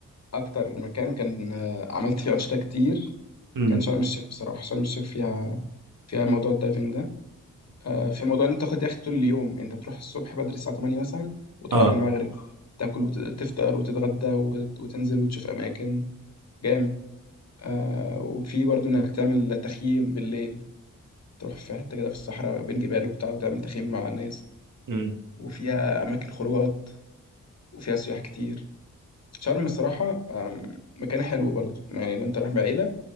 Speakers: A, on the left; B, on the right.
A: اكتر مكان كان آه، عملت فيه انشطه كتير
B: امم
A: كان شرم الشيخ بصراحة شرم الشيخ فيها فيها موضوع الدايفنج ده آه، في موضوع ان انت تاخد يخت طول اليوم انت تروح الصبح بدري الساعة 8 مثلا وتروح
B: اه
A: المغرب تاكل وتفطر وتتغدى وت- وتنزل وتشوف اماكن جامد آه، وفي برضو انك تعمل تخييم بالليل تروح في حتة كده في الصحراء بين جبال وبتاع وتعمل تخييم مع ناس
B: امم
A: وفيها اماكن خروجات وفيها سياح كتير شرم الصراحة آم، مكان حلو برضو يعني لو انت رايح بعيلة